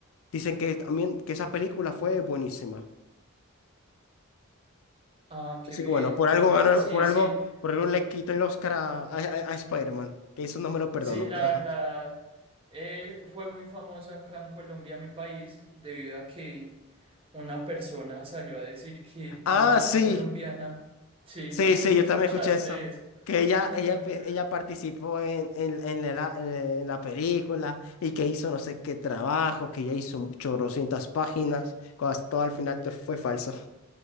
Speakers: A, on the left; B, on the right.
A: dicen que también que esa película fue buenísima.
B: ah, qué
A: Así
B: bien.
A: que bueno, por algo ganó,
B: Eh, Sí,
A: por algo,
B: sí,
A: por algo le quitó el Oscar a, a, a- a Spider-Man, que eso no me lo perdono,
B: sí, la
A: pero
B: verdad,
A: ajá.
B: eh, fue muy famosa acá en Colombia, mi país, debido a que una persona salió a decir que
A: Ah,
B: una
A: sí,
B: colombiana, sí,
A: sí,
B: no <laughs> sé
A: sí,
B: si
A: yo
B: escuchaste
A: también escuché eso.
B: eso.
A: Que ella, ella,
B: <laughs>
A: empe- ella participó en, en, en la, en la en la película y que hizo no sé qué trabajo, que ya hizo chorrocientas páginas, cuando todo al final te fue falso.